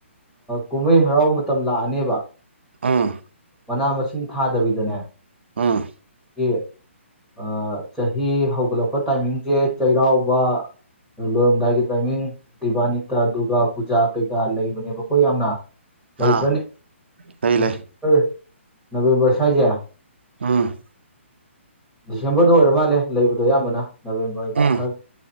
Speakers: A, in the centre; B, on the right.
A: ꯀꯨꯝꯍꯩ ꯍꯔꯥꯎ ꯃꯇꯝ ꯂꯥꯛꯑꯅꯦꯕ꯫
B: ꯑꯥ꯫
A: ꯃꯅꯥ ꯃꯁꯤꯡ ꯊꯥꯗꯕꯤꯗꯅꯦ꯫
B: ꯑꯥ꯫
A: ꯑꯩꯈꯣꯏꯒꯤ ꯆꯍꯤ ꯍꯧꯒꯠꯂꯛꯄ ꯇꯥꯏꯃꯤꯡꯁꯦ ꯆꯩꯔꯥꯎꯕ꯫ ꯂꯣꯔꯝꯗꯥꯏꯒꯤ ꯇꯥꯏꯃꯤꯡ ꯗꯤꯕꯥꯅꯤꯇꯥ ꯗꯨꯔꯒꯥ ꯄꯨꯖꯥ ꯀꯩꯀꯥ ꯂꯩꯕꯅꯦꯕ ꯀꯣ ꯌꯥꯝꯅ ꯂꯩꯇ꯭ꯔꯅꯤ
B: ꯑꯥ ꯂꯩ
A: ꯗꯤꯁꯦꯝꯕꯔ
B: ꯂꯩ
A: ꯅꯕꯦꯝꯕꯔ ꯁ꯭ꯋꯥꯏꯁꯦ꯫
B: ꯎꯝ
A: ꯗꯤꯁꯦꯝꯕꯔꯗ ꯑꯣꯏꯔ ꯃꯥꯜꯂꯦ ꯂꯩꯕꯗꯣ ꯑꯌꯥꯝꯕꯅ ꯅꯕꯦꯝꯕꯔ
B: ꯎꯝ
A: ꯈꯔ